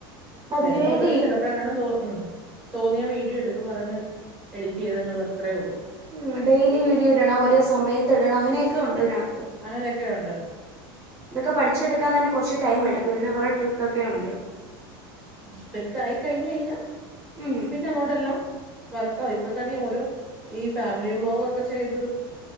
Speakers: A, on the right; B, in the centre.
A: അതിന്
B: ചേയ്യുന്ന
A: വേണ്ടി
B: കൂട്ടത്തി ചിലപ്പോ അപ്പോഴെ ങ്ങാനും തോ ഉ തോന്നിയ വീഡിയോ എടുക്കുംഅതങ്ങ് എഡിറ്റ് ചെയ്തങ്ങ് ഇടും അത്രേ ഒള്ളൂ
A: ഉം ഡെയിലി വീഡിയോ ഇടണം ഒരോ സമയത്ത് ഇടണം അങ്ങനെയൊക്കെ ഉണ്ട് ഇതിനകത്ത്
B: അങ്ങനെക്കെ ഉണ്ട്
A: ഇതൊ പഠിച്ചടുക്കാൻ തന്നെ കുറച്ച് ടൈം എടുക്കും ഇതില് കുറെ ട്രിക്കൊക്കെ ഉണ്ട്
B: ക്ലിക്കായിക്കയി കയിഞ് കയിഞ്ഞ
A: ഉം
B: പിന്ന ആങ്ങോട്ടെല്ലാം വർക്കാവും ഇപ്പൊ തന്നെ ഓരോ ഈ ഫാമിലി വ്ലോഗോക്കെ ചെയ്ത്